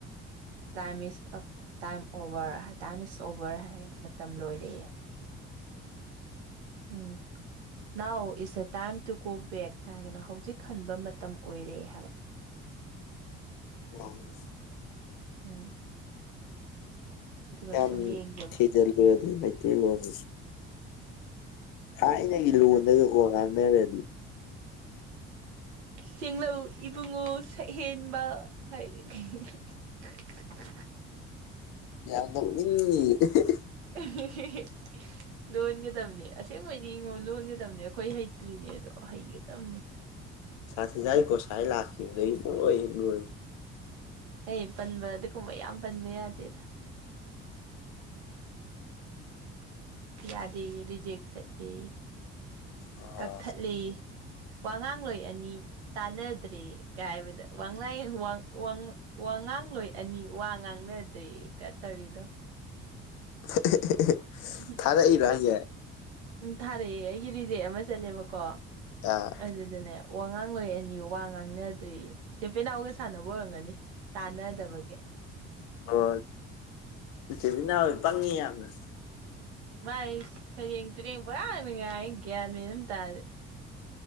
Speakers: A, on the right; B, on the left.
A: time is time over high time is over ꯍꯥꯏ ꯃꯇꯝ ꯂꯣꯏꯔꯦ ꯎꯝ now it's a time to go back ꯍꯥꯏꯔꯒꯅ ꯍꯧꯖꯤꯛ ꯍꯟꯕ ꯃꯇꯝ ꯑꯣꯏꯔꯦ ꯍꯥꯏꯕ
B: <unintelligible>
A: ꯎꯝ ꯑꯗꯨꯒ
B: ꯌꯥꯝ
A: ꯁꯨꯝ ꯌꯦꯡꯖꯦꯕ
B: ꯊꯤꯖꯤꯜꯂꯨꯔꯗꯤ ꯃꯩꯇꯩ ꯂꯣꯟꯁꯤ ꯊꯥꯏꯅꯒꯤ
A: ꯎꯝ.
B: ꯂꯣꯜꯗꯑ ꯀꯣ ꯉꯥꯟꯅꯔꯗꯤ
A: ꯆꯦꯡꯂꯧ ꯏꯕꯨꯡꯉꯣ ꯁꯛꯍꯦꯟꯕ ꯍꯥꯏꯔ <unintelligible> <unintelligible>
B: ꯌꯥꯝ ꯅꯣꯛꯅꯤꯡꯅꯤ <unintelligible>
A: <unintelligible> ꯂꯣꯟꯒꯗꯕꯅꯦ ꯑꯁꯦꯡꯕꯩꯗꯤꯉꯣ ꯂꯣꯟꯒꯗꯕꯅꯦ ꯑꯈꯣꯏ ꯍꯩꯇ꯭ꯔꯤꯅꯦ ꯑꯗꯣ ꯍꯩꯒꯇꯕꯅꯦ
B: ꯁꯥꯇꯤꯗꯥꯏꯒꯣꯁꯥꯏ ꯂꯥꯛꯈꯤꯕꯗꯩ ꯄꯨꯡꯂꯣꯏ ꯍꯦꯛ ꯂꯣꯏ
A: ꯍꯩ ꯄꯟꯕ ꯑꯗꯨꯒꯨꯝꯕ ꯌꯥꯝ ꯄꯟꯕ ꯌꯥꯗꯦꯗ ꯌꯥꯗꯦꯌꯦ ꯔꯤꯖꯦꯛ ꯆꯠꯂꯦꯌꯦ
B: ꯑ
A: ꯀꯛꯊꯠꯂꯦꯌꯦ ꯋꯥꯉꯥꯡꯂꯣꯏ ꯑꯅꯤ ꯇꯥꯟꯅꯗ꯭ꯔꯦ ꯀ ꯍꯥꯏꯕꯗ ꯋꯥꯡꯂꯥꯏ ꯋꯥꯡ ꯋꯥꯡ ꯋꯥ ꯉꯥꯡꯂꯣꯏ ꯑꯅꯤ ꯋꯥ ꯉꯥꯡꯅꯗ꯭ꯔꯦ ꯀ ꯇꯧꯏꯗꯣ
B: <unintelligible>
A: <unintelligible>
B: ꯑꯗ ꯏꯔꯤꯔꯣ ꯍꯥꯢꯖꯦ
A: ꯎꯝ ꯊꯥꯔꯛꯑꯦ ꯑꯩꯒꯤ ꯔꯤꯖꯦꯛ ꯑꯃ ꯆꯠꯂꯦꯕꯀꯣ
B: ꯑꯥ
A: ꯑꯗꯨꯗꯅꯦ ꯋꯥ ꯉꯥꯡ ꯂꯣꯏ ꯑꯅꯤ ꯋꯥ ꯉꯥꯡꯅꯗ꯭ꯔꯦ ꯆꯦ ꯄꯦꯅꯥꯎꯒ ꯁꯥꯟꯅꯕ ꯑꯣꯏꯔꯝꯒꯅꯤ ꯇꯥꯅꯗꯕꯒꯤ
B: ꯑꯣ ꯏꯆꯦꯕꯤꯅꯥꯎ ꯄꯪꯉꯤ ꯌꯥꯝꯅ
A: ꯃꯥꯏ ꯐꯩꯔꯦꯡ ꯇꯨꯔꯦꯡ ꯄꯪꯉꯥꯡꯗ ꯉꯥꯡꯉꯤ ꯒ꯭ꯌꯥꯟ ꯃꯦꯟ ꯑꯝ ꯇꯥꯗꯦ